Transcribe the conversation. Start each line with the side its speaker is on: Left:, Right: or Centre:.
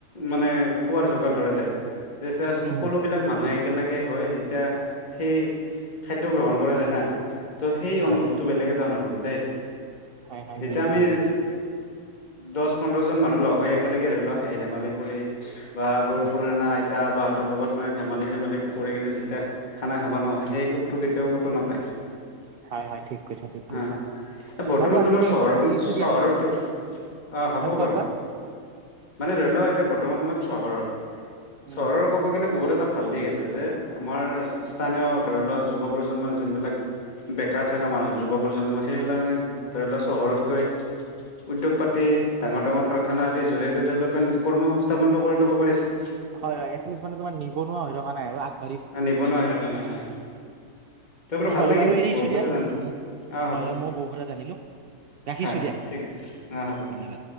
Left: মানে খোৱাৰ যোগান ধৰা যায় তেতিয়া সকলোবিলাক
Right: উম
Left: মানুহে একেলগে হয় যেতিয়া সেই খাদ্য গ্ৰহণ কৰা যায় না, ত' সেই
Right: হয়
Left: অনুভৱ টো বেলেগ এটা অনুভৱ দেই
Right: হয় হয়
Left: তেতিয়া
Right: বুজিছো
Left: আমি
Right: বুজিছো
Left: দছ পোন্ধৰজন মানুহ লগ হৈ একেলগে ধৰি লোৱা হাঁহি - ধেমালি কৰি বা গৰু
Right: হয়
Left: পুৰণা, আইতা, বাহতৰ লগত মানে ধেমেলি -চেমালি কৰি কিন্তু যেতিয়া খানা খাবা ন। সেই সুখটো কেতিয়াও কতো নাপায়।
Right: হয় হয় ঠিক কৈছা ঠিক কৈছা
Left: হ, এ বৰ্তমান
Right: বাৰু আজিলৈ
Left: তোমাৰ চহৰৰবোৰ
Right: এৰিছো
Left: চহৰত
Right: দিয়া
Left: অ, হ'ব
Right: হয় কোৱা
Left: বাৰু।
Right: কোৱা
Left: মানে ধৰি লও এতিয়া বৰ্তমান সময়ত চহৰত,
Right: উম
Left: চহৰৰ ক'ব গ'লে বহুত এটা ভাল দিশ আছে যে আমাৰ স্থানীয় ধৰি লোৱা যুৱ প্ৰজন্মৰ যোনবিলাক বেকাৰ থাকা মানুহৰ যুৱ প্ৰজন্ম সেইবিলাক কাৰনে ধৰি লওক চহৰত গৈ, উদ্যোগ পাতি, ডাঙৰ- ডাঙৰ কাৰখানা আদিৰ জৰিয়তে তেওঁলোকে নিজ কৰ্ম সংস্থাপনটো কৰি ল'ব পাৰিছে।
Right: হয়- হয়, এটলিষ্ট মানে তোমাৰ নিবনুৱা হৈ থকা নাই আৰু আ
Left: আ নিবনুৱা হৈ থকা নাই, হয়। তোৰ বুলো ভাল
Right: হয়
Left: লাগিল,
Right: বাৰু এৰিছো
Left: বহুত
Right: দিয়া
Left: কথা জানিলো,
Right: উম
Left: আহ হ'ব।
Right: হয় হয় মইও বহুত কথা জানিলো ৰাখিছো
Left: হয়,
Right: দিয়া
Left: ঠিক আছে অ, হ'ব।
Right: ধন্যবাদ